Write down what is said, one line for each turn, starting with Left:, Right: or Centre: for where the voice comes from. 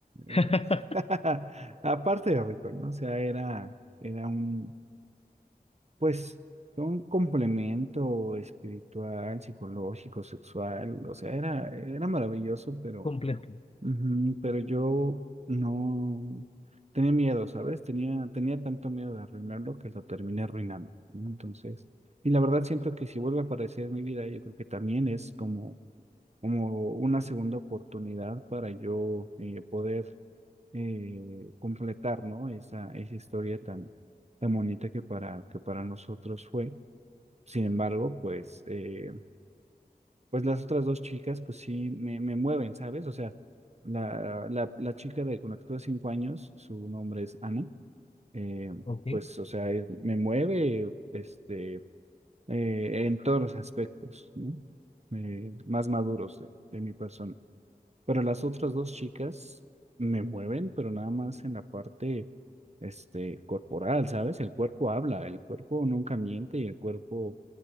Right: eh,
Left: <laughs>
Right: <laughs> aparte de rico, ¿no? O sea, era, era un, pues, un complemento espiritual, psicológico, sexual, o sea, era, era maravilloso, pero,
Left: completo,
Right: ujú, pero yo no tenía miedo, ¿sabes? Tenía, tenía tanto miedo de arruinarlo que lo terminé arruinando, ¿no? Entonces, y la verdad siento que si vuelve a aparecer en mi vida, yo creo que también es como, como una segunda oportunidad para yo eh, poder eh, completar, ¿no? Esa, esa historia tan, tan bonita que para, que para nosotros fue. Sin embargo, pues, eh, pues las otras dos chicas, pues sí me, me mueven, ¿sabes? O sea, la, la, la chica de, con la que tuve cinco años, su nombre es Ana, eh,
Left: ¿ok?
Right: pues, o sea, eh, me mueve, este, eh, en todos los aspectos, ¿no? Eh, más maduros de de mi persona. Pero las otras dos chicas me mueven, pero nada más en la parte, este, corporal, ¿sabes? El cuerpo habla, el cuerpo nunca miente y el cuerpo